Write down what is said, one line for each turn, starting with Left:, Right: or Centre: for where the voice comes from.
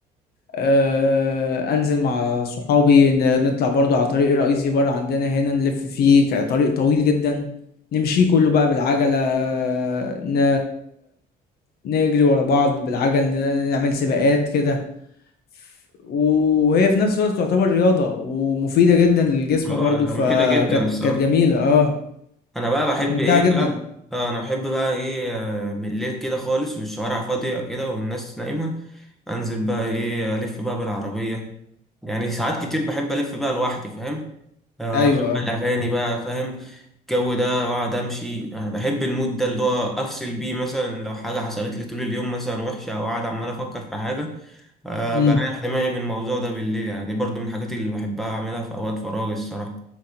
Left: آه، انزل مع صحابي ن- نطلع برضو على طريق رئيسي برا عندنا هنا نلف فيه ك- طريق طويل جدا نمشي كله بقى بالعجلة ن... نجري ورا بعض بالعجل ن- نعمل سباقات كده ف- وهي في نفس الوقت تعتبر رياضة ومفيدة جدا للجسم
Centre: اه
Left: برضو فكانت
Centre: مفيدة جدا الصراحة
Left: كانت جميلة اه
Centre: انا بقى بحب
Left: كانت ممتعة
Centre: ايه
Left: جدا
Centre: بقى اه انا بحب بقى ايه آه، بالليل كده خالص والشوارع فاضية كده والناس نايمة انزل بقى ايه الف بقى بالعربية يعني ساعات كتير بحب الف بقى لوحدي فاهم آه،
Left: ايوه
Centre: اشغل
Left: اه
Centre: اغاني بقى فاهم الجو ده واقعد امشي انا بحب المود ده اللي هو افصل بيه مثلا لو حاجه حصلت لي طول اليوم مثلا وحشه او قاعد عمال افكر في حاجه أه
Left: امم
Centre: بريح دماغي من الموضوع ده بالليل يعني دي برضو من الحاجات اللي بحبها اعملها في اوقات فراغي الصراحه